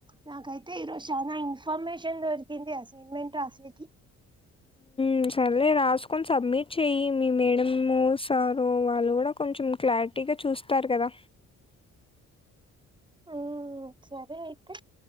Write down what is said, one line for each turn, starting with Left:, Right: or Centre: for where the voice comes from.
Right: నాకైతే ఈరోజు చానా ఇన్ఫర్మేషన్ దొరికింది అసైన్మెంట్ రాసెకి
Left: ఉ సార్లేే రాసుకొని సబ్మిట్ చెయి మీ మేడము సారు వాళ్ళు కూడా కొంచెం క్లా ట్గా చూస్తారు కదా
Right: ఉమ్ సరే అయితే